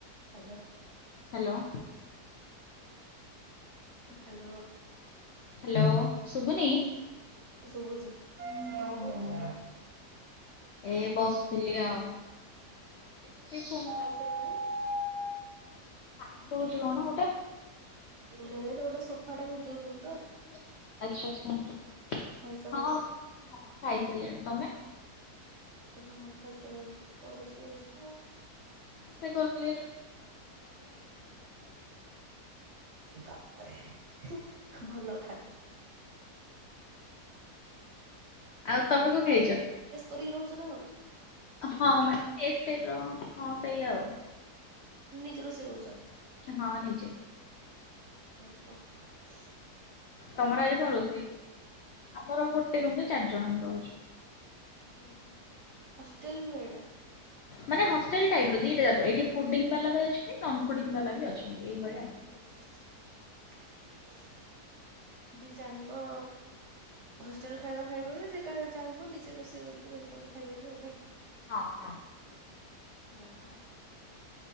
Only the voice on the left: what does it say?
Hello.
hello ସୁୁବୁନି?
ଏଇ ବସିଥିଲି ଆଉ ଟିକେ ବସିକି ଫୋନ୍
ସାଉଣ୍ଡ ହଉଛି କଣ ଗୋଟେ?
<unintelligible>
ହଁ ହଁ ଖାଇସାରିଲିଣି, ତମେ?
ଷେଇ କରୁଥିଲି
ଆଉ ତମେ କଣ ଖାଇଛ?
ହଁ ମାନେ ମେସ୍ ଟାଇପ୍ ର ହଁ ସେଇଆ ଆଉ।
ହଁ ନିଜେ
ତମର ଆଜି କଣ ରୋଷେଇ, ଆମର ଗୋଟେ ରୁମ ରେ ଚାରି ଜଣ ଆମେ ରହୁଛୁ।
ମାନେ ହଷ୍ଟେଲ ଟାଇପର ଦିଟା ଯାକ, ଏଇଠି ଫୁଡିଂ ବାଲା ବି ଅଛନ୍ତି ନନ ଫୁଡିଙ୍ଗ ବାଲା ବି ଅଛନ୍ତି ଏଇଭଳିଆ ଆଉ।
ହଁ ହଁ।